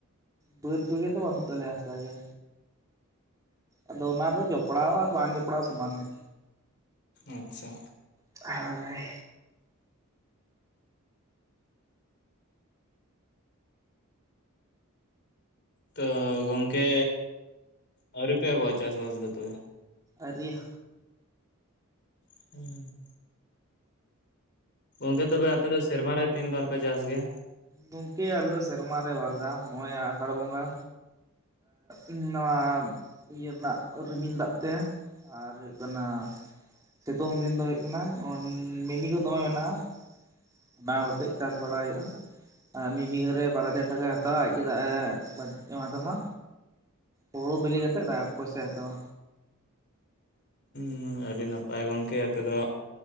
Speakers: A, on the right; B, on the left.
A: ᱵᱟᱹᱫᱽ ᱠᱚᱜᱮ ᱛᱚ ᱵᱟᱹᱱᱩᱜ ᱛᱟᱞᱮᱭᱟ ᱦᱟᱥᱟ ᱜᱮ ᱟᱫᱚ ᱚᱱᱟ ᱫᱚ ᱡᱚᱯᱲᱟᱣ ᱟᱨ ᱵᱟᱝ ᱡᱚᱯᱲᱟᱣ ᱥᱚᱢᱟᱱ ᱜᱮ
B: ᱟᱪᱪᱷᱟ
A: <unintelligible> ᱦᱳᱭ
B: ᱛᱚ ᱜᱚᱝᱠᱮ ᱟᱹᱣᱨᱤ ᱯᱮ ᱮᱦᱚᱵᱚᱜᱼᱟ ᱪᱟᱥᱵᱟᱥ ᱫᱚ ᱛᱚᱵᱮ?
A: ᱟᱹᱨᱤᱭᱟᱹ
B: <unintelligible> ᱜᱚᱝᱠᱮ ᱛᱚᱵᱮ ᱟᱯᱮ ᱫᱚ ᱥᱮᱨᱢᱟ ᱨᱮ ᱛᱤᱱ ᱵᱟᱨ ᱯᱮ ᱪᱟᱥ ᱜᱮᱭᱟ?
A: ᱜᱚᱝᱠᱮ ᱟᱞᱮ ᱫᱚ ᱥᱮᱨᱢᱟ ᱨᱮ ᱵᱟᱨᱫᱟᱢ ᱱᱚᱜᱼᱚᱭ ᱟᱥᱟᱲ ᱵᱚᱸᱜᱟ ᱮᱸᱜ ᱱᱚᱣᱟ ᱤᱭᱟᱹ ᱨᱮᱱᱟᱜ ᱨᱤᱢᱤᱞ ᱫᱟᱜ ᱛᱮ, ᱟᱨ ᱦᱩᱭᱩᱜ ᱠᱟᱱᱟ ᱥᱤᱛᱚᱝ ᱫᱤᱱ ᱫᱚ ᱦᱩᱭᱩᱜ ᱠᱟᱱᱟ ᱚᱸ ᱢᱤᱱᱤ ᱠᱩ ᱫᱚᱢᱮ ᱢᱮᱱᱟᱜᱼᱟ᱾ ᱚᱱᱟᱣ ᱠᱟᱛᱮᱜ ᱪᱟᱥ ᱵᱟᱲᱟ ᱦᱩᱭᱩᱜᱼᱟ ᱢᱤᱫ ᱵᱤᱜᱷᱟᱹ ᱨᱮ ᱵᱟᱨ ᱦᱟᱡᱟᱨ ᱴᱟᱠᱟᱭ ᱦᱟᱛᱟᱣᱟ ᱟᱡ ᱜᱮ ᱫᱟᱜ ᱮ <unintelligible> ᱮᱢᱟᱜ ᱛᱟᱢᱟ ᱦᱩᱲᱳ ᱵᱤᱞᱤ ᱠᱟᱛᱮᱜ ᱫᱟ ᱯᱚᱭᱥᱟᱭ ᱦᱟᱛᱟᱣᱟ
B: ᱦᱩᱸ ᱟᱹᱰᱤ ᱱᱟᱯᱟᱭ ᱜᱚᱝᱠᱮ ᱟᱯᱮ ᱫᱚ